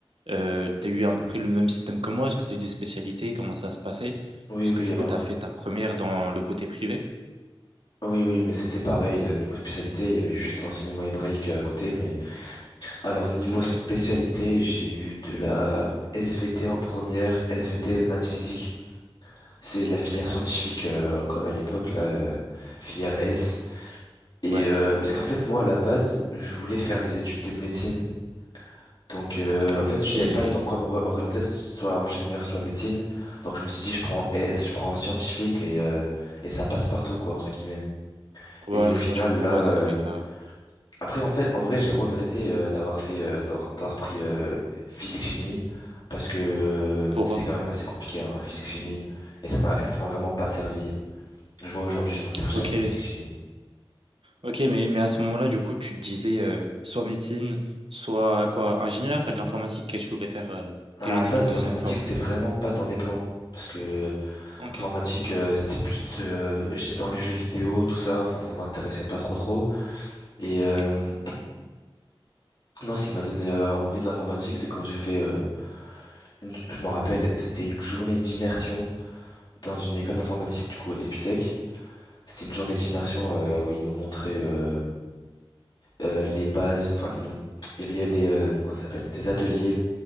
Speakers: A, on the right; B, on the left.
A: heu, tu as eu à peu près le même système que moi? Est-ce que tu as eu des spécialités? Comment ça se passait?
B: Oui,
A: Parce
B: oui,
A: que du
B: alors,
A: coup, tu as fait ta première dans le côté privé?
B: oui, oui, mais c'était pareil, euh, niveau spécialité, il y avait juste l'enseignement hébraïque euh, à côté, mais Alors niveau
A: OK.
B: spécialité, j'ai eu de la SVT en première, SVT maths physique. C'est la filière
A: OK, d'accord.
B: scientifique euh, comme à l'époque là, la filière S. Et
A: Ouais,
B: euh,
A: c'est ça.
B: parce qu'en fait moi à la base, je voulais faire des études de médecine. Donc euh,
A: OK
B: en fait, je savais
A: et
B: pas dans quoi me re- orienter, soit ingénieur, soit médecine. Donc je me suis dit je prends S, je prends un scientifique et euh, et ça passe partout quoi entre guillemets.
A: ouais,
B: Et au final
A: ça, je comprends,
B: là euh,
A: ouais, dans tous les cas.
B: Après, en fait, en vrai, j'ai regretté euh, d'avoir fait, euh, d'avoir d'avoir pris euh, physique-chimie parce que euh,
A: Pour
B: c'est
A: eux.
B: quand même assez compliqué, hein, la physique-chimie, et ça m'a, et ça m'a vraiment pas servi. Je vois aujourd'hui, je m'en sers jamais
A: OK.
B: de la physique-chimie.
A: OK, mais mais à ce moment-là, du coup, tu te disais, heu, soit médecine, soit quoi? Ingénieur de l'informatique? Qu'est-ce que tu voulais faire, heu?
B: Alors,
A: Quel
B: à
A: était
B: la base,
A: ton deuxième
B: l'informatique,
A: choix?
B: c'était vraiment pas dans mes plans parce que
A: OK.
B: informatique, euh, c'était plus, euh, j'étais dans les jeux vidéo, tout ça, enfin, ça m'intéressait pas trop trop. Et euh,
A: Mmh.
B: non, ce qui m'a donné euh, envie de l'informatique, c'est quand j'ai fait, euh, une- je me rappelle, c'était une journée d'immersion dans une école d'informatique, du coup, Epitech. C'était une journée
A: OK.
B: d'immersion euh, où ils nous montraient euh, euh, les bases. Enfin, ils nous- il y avait, il y avait des, euh, comment ça s'appelle, des ateliers